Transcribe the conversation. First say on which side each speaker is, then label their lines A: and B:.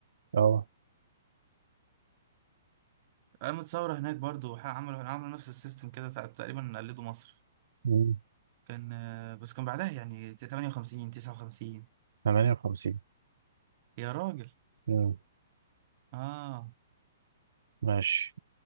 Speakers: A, on the right; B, on the right.
A: اه
B: قامت ثورة هناك برضه وح- عملوا عملوا نفس السيستم كده تع- تقريبا قلدوا مصر
A: مم.
B: كان آه بس كان بعدها يعني 58 59
A: 58
B: يا راجل
A: مم.
B: آه
A: ماشي